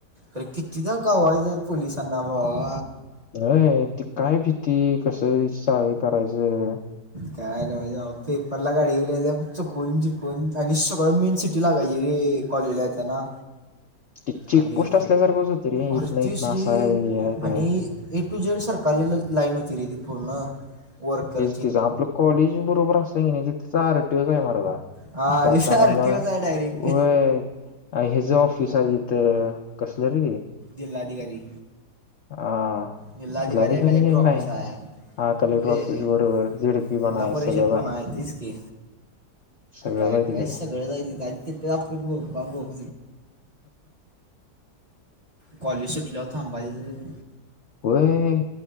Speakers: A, on the right; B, on the left.
A: अरे कितीदा घावायचंय पोलिसांना भावा
B: अ ते काय बी ती कसं <inaudible> करायचं
A: काय नवंच अबा पेपरला गाडी आल्यावर चुकवून बिकवून आणि सगळ मेन सिटी लागायची. ते कॉलेजला येताना.
B: ती चेकपोस्ट
A: आणि
B: असल्यासारखंच होतं रे इथनं
A: आरे
B: इथनं
A: तेच रे
B: असं आहे हे आहे ते
A: आणि
B: आहे.
A: ए टू झेड सरकारी ला लाईन होती रे ति पुर्ण वर्कर
B: तिच आपलं कॉलेज बरोबर असय तिथं आरटीओचय मर्दा.
A: हा
B: जाताना
A: आर
B: म
A: टी ओच आहे डायरेक्ट
B: व्हय, हेज ऑफिसय ति त कसलं रं त
A: जिल्हाधिकारी
B: आ,
A: जिल्हाधिकारीय
B: जिल्हाधिकारी
A: कलेक्टर
B: हे
A: ऑफिसय
B: नाही हा कलेक्टर
A: लय
B: ऑफिस बरोबर झेडपी
A: जिल्हा
B: पण आहे
A: परिषद
B: सगळंच
A: पणय
B: आहे
A: तेच की
B: सगळंच
A: काय
B: आहे तिकडे
A: काय सगळंच आहे, तिथं आन् तिथंच आप कॉलेज सुटल्यावर थांबायचं
B: होय